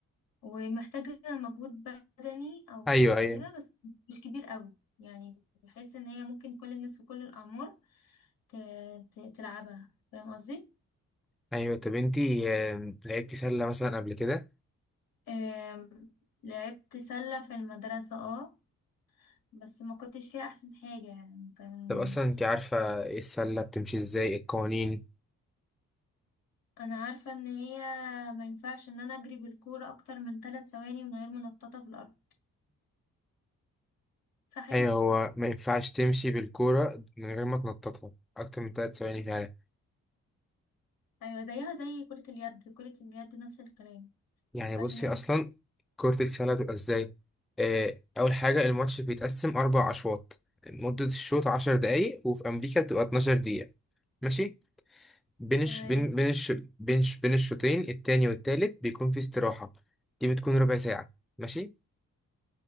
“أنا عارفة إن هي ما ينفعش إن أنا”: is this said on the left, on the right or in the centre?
Left